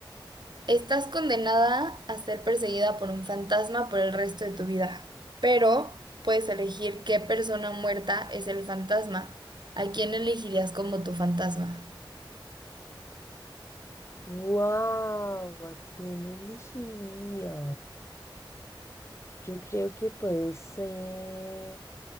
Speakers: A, on the right; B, on the left.
A: Estás condenada a ser perseguida por un fantasma por el resto de tu vida, pero puedes elegir qué persona muerta es el fantasma. ¿A quién elegirías como tu fantasma?
B: Wow, ¿a quién elegiría? Yo creo que puede ser.